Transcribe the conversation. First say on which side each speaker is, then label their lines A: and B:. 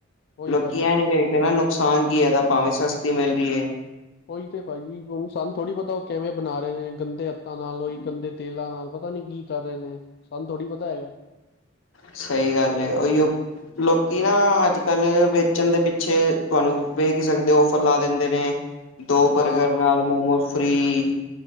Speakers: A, on the left; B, on the left.
A: ਉਹੀ
B: ਲੋਕੀ
A: ਗੱਲ ਏ।
B: ਐਂ ਨੀ ਵੇਖਦੇ ਨਾ। ਨੁਕਸਾਨ ਕੀ ਹੈਗਾ ਭਾਵੇਂ ਸਸਤੀ ਮਿਲ ਰਹੀ ਏ।
A: ਉਹੀ ਤੇ ਭਾਈਜੀ ਹੁਨ ਸਾਨੂੰਥੋੜੀ ਪਤਾ ਕਿਵੇਂ ਬਨਾ ਰਹੇ ਨੇ, ਗੰਦੇ ਹੱਥਾਂ ਨਾਲ ਓਈ ਗੰਦੇ ਤੇਲਾਂ ਨਾਲ ਪਤਾ ਨੀ ਕੀ ਕਰ ਰਏ ਨੇ? ਸਾਂਨ ਥੋੜੀ ਪਤਾ ਹੈ ਐਗਾ।
B: ਸਹੀ ਗੱਲ ਏ ਓਈਓ ਲੋਕੀ ਨਾ ਆੱਜ-ਕਾੱਲ, ਵੇਚਨ ਦੇ ਪਿੱਛੇ ਤੁਆਨੂੰ ਬੇਕਿਸਕ ਦੇ ਓਫਰ ਦਿੰਦੇ ਨੇ ਦੋ
A: ਹਾਂ
B: ਬਰਗਰ ਨਾਲ ਮੋਮੋਸ ਫ੍ਰੀ‌।